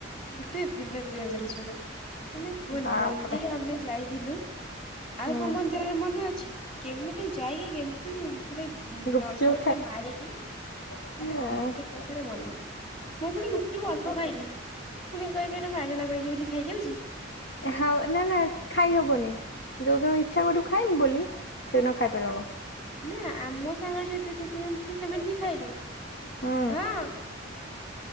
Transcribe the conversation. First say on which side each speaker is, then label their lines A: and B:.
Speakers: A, on the left; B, on the left.
A: ଗୋଟେ ବିନା ପିଆଜ ରସୁଣ ମାନେ କୁହନି
B: ବାପରେ
A: ମନ୍ଦିର ଆମେ ଯାଇଥିଲୁ ଆଉ
B: ହୁଁ
A: କଣ ମନ୍ଦିରରେ ମନ ଅଛି କେମିତି ଯାଇକି କେମିତି ଖାଲି
B: ଗୁପଚୁପ
A: ନଣ୍ଡ ଗୋଟେ ମାରିକି
B: ଖାଇବ
A: ଆହା ଗୁପଚୁପ୍ ପାଖରେ ମନ। ମୁଁ ପୁଣି ଗୁପଚୁପ୍ ଅଳପ ଖାଇଲି ପୁଣି କହିବେ ଏରା ମାଗଣା ପାଇଚି ବୋଲି ଖାଇଯାଉଚି।
B: ହଉ ନା ନା ଖାଇ ହବନି ଯୋଉ ଦିନ ଇଚ୍ଛା କରିବୁ ଖାଇମି ବୋଲି ସେଦିନ ଖାଇପାରିବୁନୁ।
A: ନା ଆମ ସାଙ୍ଗରେ ଯୋଉ ଦିଦି ଦିଦି ଥିଲେ ସେମାନେ ବି ଖାଇଲେ
B: ହୁଁ
A: ହଁ